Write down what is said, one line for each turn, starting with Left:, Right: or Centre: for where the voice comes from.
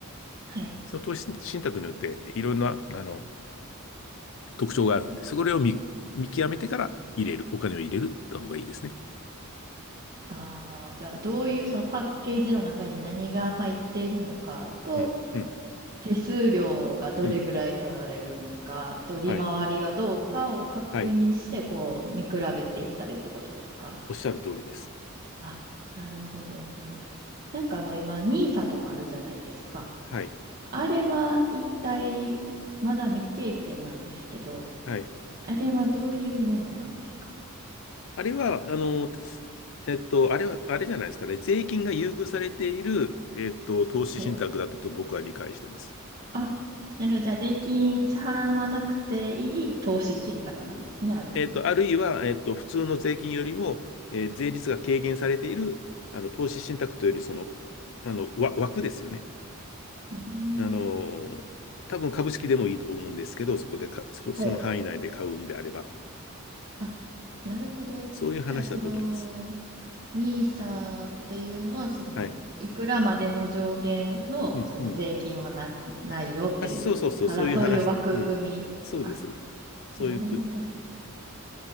Right: はい。
Left: その投資信託によっていろんな、あの、特徴があるんで、それを見、見極めてから入れる、お金を入れるった方がいいですね。
Right: ああ、じゃあ、どういう、そのパッケージの中に何が入っているのかと、
Left: うん、うん、
Right: 手数料がどれぐらい取られるのかと、
Left: うん。
Right: 利回りがどうかを確認して、
Left: はい、はい。
Right: こう、見比べていったらいいってことですか
Left: おっしゃる通りです。
Right: あ、なるほど、なるほど。なんかあの、今、ニーサとかあるじゃないですか。
Left: はい、
Right: あれは一体、まだ未経験なんですけど、
Left: はい。
Right: あれはどういうものなんですか
Left: あれは、あの、たすえっと、あれは、あれじゃないですかね。税金が優遇されている、えっと、投資信託だったと僕は理解しています。
Right: はい。あ、なるほど。じゃあ、税金支払わなくていい投資信託なんですね、あれもじゃあ。
Left: えっと、あるいは、えっと、普通の税金よりも、えー税率が軽減されている、あの、投資信託というより、その、あの、わ枠ですよね。
Right: うーん。
Left: あの、多分株式でもいいと思うんですけど、そこでか、そこ、
Right: はい。
Left: その範囲内で買うんであれば、
Right: あ、なるほど。
Left: そういう話だと思います。
Right: じゃあ、その、ニーサっていうのは、その、
Left: はい。
Right: いくらまでの上限の、
Left: うん、
Right: その税金はな、
Left: うん。
Right: ないよっていう、
Left: あ、そうそうそう、
Right: ただそういう枠組み。
Left: そういう話。うん。そうです、
Right: あ、
Left: そうです。そういうと、
Right: なるほど。
Left: うん